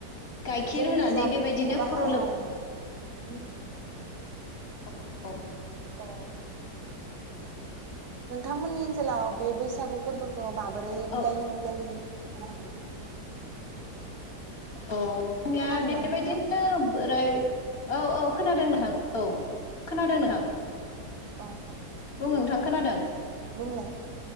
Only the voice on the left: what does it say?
गाइखेर
होनानै
बेबायदिनो
खर'
औ औ
औ
औ। आंनिया
बेबायदिनो
बोराय औ औ खोनादों नोंथां। औ खोनादों नोंथां।
बुं नोंथां खोनादों।